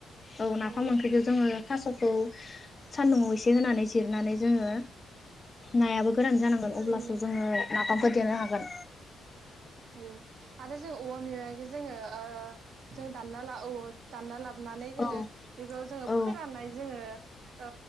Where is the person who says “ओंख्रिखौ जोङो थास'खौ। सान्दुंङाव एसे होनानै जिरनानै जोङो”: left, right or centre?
Left